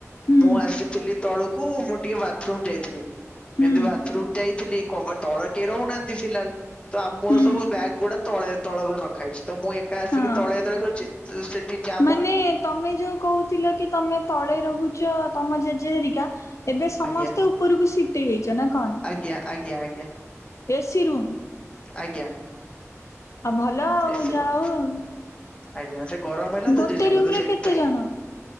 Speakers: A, on the left; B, on the left.
A: ହୁଁ
B: ମୁଁ ଆସିଥିଲି ତଳୁକୁ ମୁଁ ଟିକେ ବାଥରୁମ ଯାଇଥିଲି।
A: ହୁଁ
B: ଯେମତି ବାଥରୁମ ଯାଇଥିଲି କବାଟ ତଳେ କେହି ରହୁ ନାହାନ୍ତି ଫିଲହାଲ୍। ତ ଆ ମୋର
A: ହୁଁ
B: ସବୁ ବ୍ୟାଗ୍ ଗୁଡା ତଳେ ତଳ ଘରେ ରଖା ହେଇଛି ତ ମୁଁ ଏକା ଆସିକି
A: ହଁ
B: ତଳେ ତଳେ ଗଳିଛି। ଯୋଉ ସେଠି ଯା
A: ମାନେ ତମେ ଯୋଉ କହୁଥିଲ କି ତମେ। ତଳେ ରହୁଛ ତମ ଜେଜେ ହେରିକା ଏବେ ସମସ୍ତେ
B: ଆଜ୍ଞା
A: ଉପରକୁ ସିଫ୍ଟ ହେଇଯାଇଛ ନା କଣ।
B: ଆଜ୍ଞା ଆଜ୍ଞା ଆଜ୍ଞା।
A: AC room.
B: ଆଜ୍ଞା।
A: ଆଉ ଭଲ ଆଉ
B: ଏସି
A: ଯା
B: ରୁମ୍
A: ହଉ ଆଉ।
B: ଆଜ୍ଞା ସେ ଗରମ ହେଲା
A: ଗୋଟେ
B: ତ ଜେଜଙ୍କୁ
A: ରୁମ୍
B: ତ
A: ରେ
B: ସେଇଥିପାଇଁ।
A: କେତେ ଜଣ?